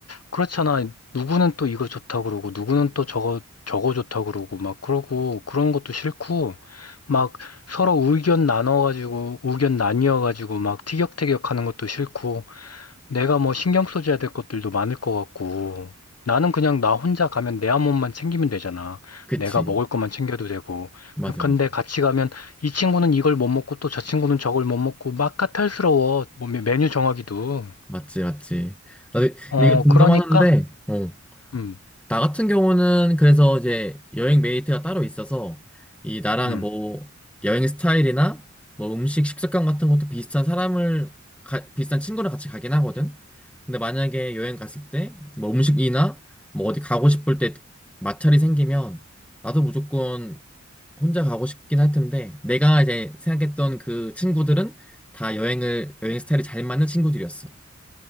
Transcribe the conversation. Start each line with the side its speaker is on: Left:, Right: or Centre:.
Left: 그렇잖아. 누구는 또 이거 좋다 그러고, 누구는 또 저거, 저거 좋다 그러고, 막 그러고, 그런 것도 싫고, 막 서로 의견 나눠가지고, 의견 나뉘어가지고, 막 티격태격 하는 것도 싫고, 내가 뭐 신경 써줘야 될 것들도 많을 것 같고, 나는 그냥 나 혼자 가면 내 한 몸만 챙기면 되잖아.
Centre: 그치
Left: 내가 먹을 것만 챙겨도 되고.
Centre: 맞아
Left: 근데
Centre: 맞아
Left: 같이 가면 이 친구는 이걸 못 먹고 또 저 친구는 저걸 못 먹고 막 까탈스러워. 뭐 메- 메뉴 정하기도.
Centre: 맞지 맞지 나도
Left: 어,
Centre: 근데 이거 공감하는데
Left: 그러니까,
Centre: 어,
Left: 음,
Centre: 나 같은 경우는 그래서 이제 여행 메이트가 따로 있어서 이 나랑
Left: 음,
Centre: 뭐 여행 스타일이나 뭐 음식 식습관 같은 것도 비슷한 사람을 가- 비슷한 친구랑 같이 가긴 하거든. 근데 만약에 여행 갔을 때 뭐 음식이나 뭐 어디 가고 싶을 때 마찰이 생기면 나도 무조건 혼자 가고 싶긴 할 텐데 내가 이제 생각했던 그 친구들은 다 여행을 여행 스타일이 잘 맞는 친구들이었어.